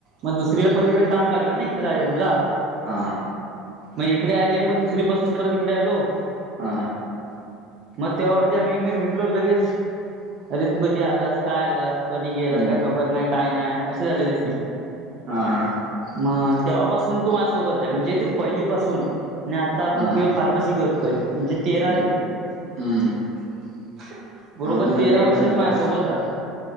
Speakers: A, on the right (about 45°); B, on the right (about 60°).
A: मग दुसरीकडे परत इकडे काम लागलं ना इकडे राजापुरला
B: हा हा
A: मग इकडे आले मग दुसरी पासून परत इकडे आलो
B: हा
A: मग तेव्हा म्हणजे आम्ही एकमे भेटलो लगेच अरे तू कधी आलास काय आलास कधी
B: हम्म
A: गेलास काय खबर नाही काय नाही असे झाले
B: हा हा
A: मग तेव्हापासून तू माझ्यासोबत आहे म्हणजे तू पहिलीपासून नाही आता आपण
B: हा
A: प्युअर फार्मसी करतोय म्हणजे तेरावी
B: हम्म
A: <unintelligible>
B: हम्म
A: बरोबर
B: अजूनपर्यंत
A: तेरा
B: एकच
A: वर्ष झाली
B: होत
A: माझ्या सोबत आहे